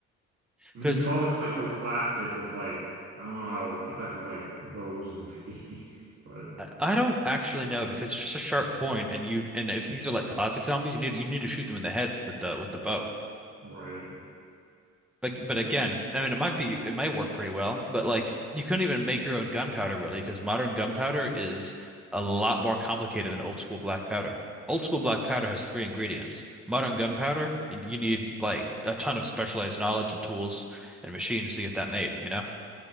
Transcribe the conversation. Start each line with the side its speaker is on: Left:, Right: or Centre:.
Right: I
Centre: Because
Right: mean, you could always like go classic with like I don't know how effective like bows would be, <laughs> but
Centre: I I don't actually know because it's just a sharp point, and you and if these are like classic zombies, you need you need to shoot them in the head with the with the bow.
Right: right.
Centre: But,
Right: It's
Centre: but
Right: like
Centre: again, I mean, it might be, it might work pretty well, but like you couldn't even make your own gunpowder really, because modern gunpowder is a lot more complicated than old school black powder. Old school black powder has three ingredients. Modern gunpowder, y- you need like a ton of specialized knowledge and tools and machines to get that made, you know?